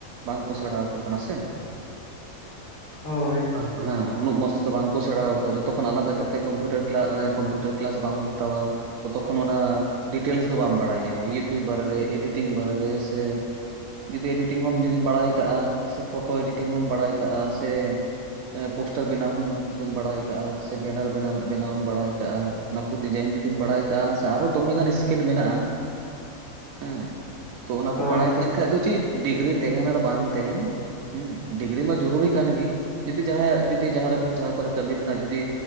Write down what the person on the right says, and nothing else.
ᱵᱟᱝᱠᱚ ᱥᱮᱬᱟᱣᱟᱠᱚ ᱠᱟᱱᱟ ᱥᱮ ᱼᱼ
ᱦᱮᱸ ᱩᱱᱟᱹᱜ ᱢᱚᱸᱥᱛᱮᱫᱚ ᱵᱟᱝᱠᱚ ᱥᱮᱬᱟᱣᱟᱠᱚᱣᱟ ᱡᱚᱛᱚ ᱠᱷᱚᱱ ᱟᱞᱟᱫᱟ ᱠᱟᱛᱮᱫ ᱠᱚᱢᱯᱤᱭᱩᱴᱟᱨ ᱠᱞᱟ ᱮ ᱠᱚᱢᱯᱤᱭᱩᱴᱟᱨ ᱠᱞᱟᱥ ᱵᱟᱢ ᱦᱟᱛᱟᱣᱟ ᱛᱚᱛᱚ ᱠᱷᱚᱱ ᱚᱱᱟ ᱰᱤᱴᱮᱞᱥ ᱫᱚ ᱵᱟᱢ ᱵᱟᱲᱟᱭ ᱧᱟᱢᱟ ᱤᱭᱩᱵᱴᱩᱵᱽ ᱵᱟᱨᱮ ᱨᱮ ᱮᱰᱤᱴᱤᱝ ᱵᱟᱨᱮ ᱨᱮ ᱥᱮ᱾ ᱡᱩᱫᱤ ᱮᱰᱤᱴᱤᱝ ᱦᱚᱢ ᱡᱩᱫᱤᱢ ᱵᱟᱲᱟᱭ ᱠᱟᱜᱼᱟ ᱥᱮ ᱯᱷᱳᱴᱳ ᱮᱰᱤᱴᱤᱝ ᱦᱚᱢ ᱵᱟᱲᱟᱭ ᱠᱟᱜᱼᱟ ᱥᱮ᱾ ᱮ ᱯᱳᱥᱴᱟᱨ ᱵᱮᱱᱟᱣ ᱦᱚᱢ ᱡᱩᱫᱤᱢ ᱵᱟᱲᱟᱭ ᱠᱟᱜᱼᱟ ᱥᱮ ᱵᱮᱱᱟᱨ ᱵᱮᱱᱟᱨ ᱵᱮᱱᱟᱣᱮᱢ ᱵᱟᱲᱟᱭ ᱠᱟᱜᱼᱟ ᱱᱟᱠᱩ ᱰᱤᱡᱟᱭᱤᱱ ᱡᱩᱫᱤᱢ ᱵᱟᱲᱟᱭ ᱠᱟᱜᱼᱟ ᱥᱮ ᱟᱨᱚ ᱫᱚᱢᱮ ᱜᱟᱱ ᱤᱥ ᱠᱤᱞ ᱢᱮᱱᱟᱜᱼᱟ ᱦᱮ ᱛᱚ ᱚᱱᱟ
ᱠᱚ ᱵᱟᱲᱟᱭ
ᱛᱟᱦᱮᱱ ᱠᱷᱟᱡ ᱫᱚ ᱪᱮᱫ ᱰᱤᱜᱽᱨᱤ ᱛᱟᱦᱮᱱ ᱟᱨ ᱵᱟᱝ ᱛᱟᱦᱮᱱ᱾ ᱦᱩᱸ ᱰᱤᱜᱽᱨᱤ ᱢᱟ ᱡᱚᱨᱩᱨᱤ ᱠᱟᱱ ᱜᱮ ᱡᱩᱫᱤ ᱡᱟᱦᱟᱭᱟᱜ ᱡᱩᱫᱤ ᱡᱟᱦᱟᱸ ᱨᱮ ᱡᱟᱦᱟᱸ ᱠᱚᱨᱮ ᱠᱟᱹᱢᱤ ᱨᱮᱱᱟᱜ ᱡᱩᱫᱤ᱾